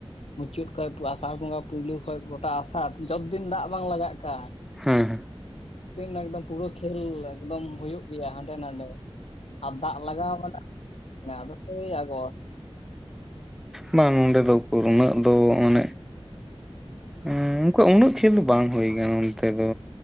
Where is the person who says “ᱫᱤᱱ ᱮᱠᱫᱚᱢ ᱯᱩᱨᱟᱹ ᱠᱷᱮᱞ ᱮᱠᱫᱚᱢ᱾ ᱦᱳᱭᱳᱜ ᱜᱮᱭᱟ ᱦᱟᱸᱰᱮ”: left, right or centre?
Left